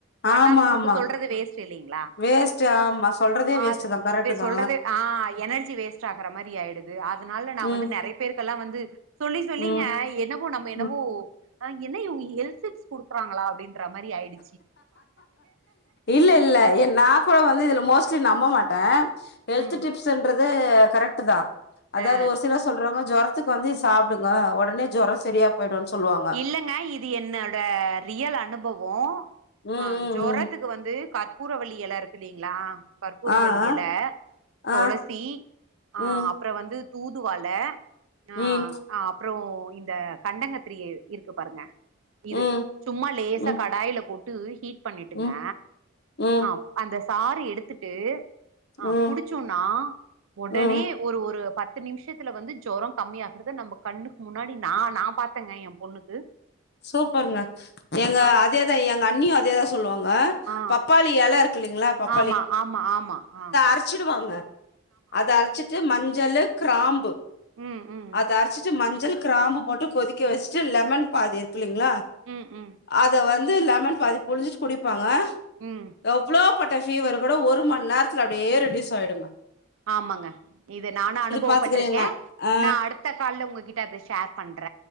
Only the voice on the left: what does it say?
ஆமா ஆமா
வேஸ்ட் ஆமா சொல்றதே வேஸ்ட்
தா கரெக்ட் தா
ம்
ம்
ம்
இல்ல இல்ல ஏ நா கூட வந்து இதுல மோஸ்ட் சி நம்ப மாட்டே ஹெல்த்து
டிப்ஸ்ன்றது கரெக்ட்டு தா அதாது
ஒரு சிலர் சொல்றாங்க ஜொரத்துக்கு வந்து சாப்டுங்க ஒடனே ஜொரோ சரியா பொயிடுன் சொல்வாங்
ம்
ம்
ம்
ஆ ஆ
ஆ
ம்
ம்
ம்
ம்
ம் ம்
ம்
ம்
சூப்பருங்க எங்க
அதேதா எங்க அண்ணியு அதேதா சொல்வாங்க
பப்பாளி எல இருக்குல்லீங்களா பப்
அரச்சிடுவாங்க அத அரச்சிட்டு மஞ்சளு கிராம்பு
அத அரச்சிட்டு மஞ்சள் கிராம்பு போட்டு கொதிக்க வச்சிட்டு லெமன் பாதி இருக்கில்லலைங்களா
அத வந்து லெமன் பாதி புழிஞ்சிட்டு குடிப்பாங்க
எவ்ளோ பட்ட ஃபீவர் கூட ஒரு மண் நேரத்துல அப்டியே ரெடியூஸ் ஆயிடும்
பாத்துக்கிறேங்க ஆ